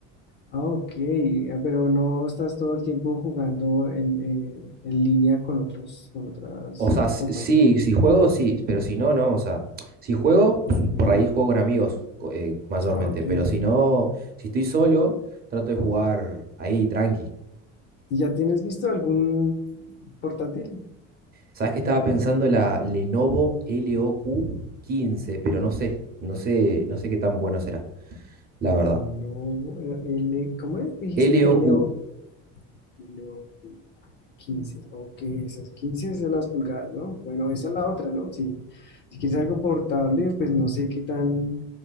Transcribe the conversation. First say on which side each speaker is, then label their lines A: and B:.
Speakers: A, on the left; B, on the right.
A: Ah, ok, ah, pero no estás todo el tiempo jugando en, eh, en línea con otros, con otras
B: O sea, s-
A: compañías.
B: sí, si juego, sí, pero si no, no. O sea, si juego, pues,
A: Mm,
B: por ahí juego con amigos co- eh, mayormente,
A: ah, ok.
B: pero si no, si estoy solo, trato de jugar ahí, tranqui.
A: ¿Y ya tienes visto algún portátil?
B: ¿Sabes que estaba pensando la Lenovo LOQ 15, pero no sé, no sé, no sé qué tan bueno será, la
A: Lenovo,
B: verdad.
A: eh, L, ¿cómo es? Dijiste
B: LOQ.
A: LO, LO 15. Ok, esas 15 son las pulgadas, ¿no? Bueno, esa es la otra, ¿no? Si, si quieres algo portable, pues no sé qué tan